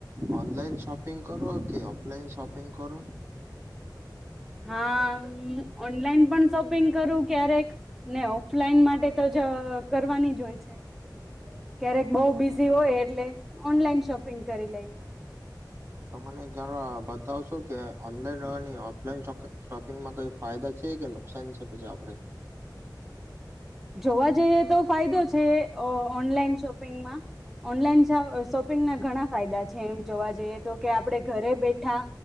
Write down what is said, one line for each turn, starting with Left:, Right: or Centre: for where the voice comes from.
Right: ઓનલાઈન શોપિંગ કરો કે ઓફલાઈન શોપિંગ કરો.
Centre: હા ઓનલાઈન પણ શોપિંગ કરું. ક્યારેક ને ઓફલાઈન માટે તો જ કરવાની જ હોય છે.
Right: હમ
Centre: ક્યારેક બઉ બિઝી હોય એ ટલે ઓનલાઇન શોપિંગ કરી લઈએ.
Right: તો મને જરા બતાવશો કે ઓનલાઈનવાની ઓફલાઈન શોપિંગમાં કઈ ફાયદા છે કે નુકસાન છે પછી આપડે
Centre: જોવા જઈએ તો ફાયદો છે અ ઓનલાઈન શોપિંગમાં ઓનલાઈન શોપિંગના ઘણા ફાયદા છે એમ જોવા જઈએ તો કે આપડે ઘરે બે ઠા